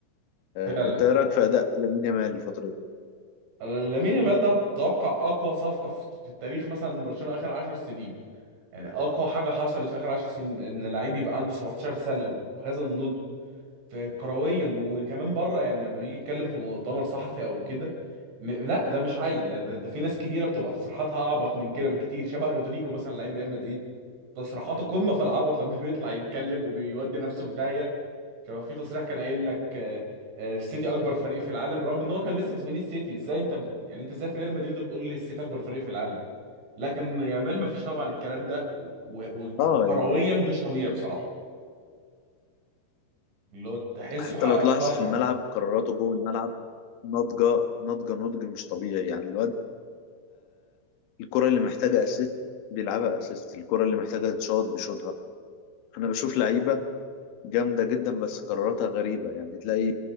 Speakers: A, on the left; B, on the right.
A: آه،
B: فعلا
A: انت ايه رايك في اداء لامين يامال الفتره دي
B: أنا لامين يامال ده اتوقع اقوى صفقه في في التاريخ مثلا من برشلونه اخر 10 سنين يعني اقوى حاجه حصلت في اخر 10 سنين ان لعيب يبقى عنده 17 سنه وبهذا النضج في كرويا وكمان بره يعني لما بيجي يتكلم في مؤتمر صحفي او كده م... لا ده مش عيل ده, ده في ناس كبيره بتبقى تصريحاتها اعبط من كده بكتير شبه رودريجو مثلا لعيب ريال مدريد تصريحاته قمه في العبط لما <laughs> بيطلع يتكلم وبيودي نفسه في داهيه شبه في تصريح كان قايل لك آه، آه، السيتي اكبر فريق في العالم رغم ان هو كان لسه كسبان السيتي ازاي انت بت... يعني انت ازاي في ريال مدريد وبتقول لي السيتي اكبر فريق في العالم لكن يامال ما فيش طبعا الكلام ده و- و- وكرويا
A: اه يعني
B: مش طبيعي بصراحه اللي هو تحسه
A: حتى
B: حقق
A: لو تلاحظ
B: طفره
A: في الملعب قراراته جوه الملعب ناضجه ناضجه نضج مش طبيعي يعني الواد الكرة اللي محتاجة اسيست بيلعبها اسيست الكرة اللي محتاجة تتشوط بيشوطها انا بشوف لعيبة جامدة جدا بس قراراتها غريبة يعني تلاقي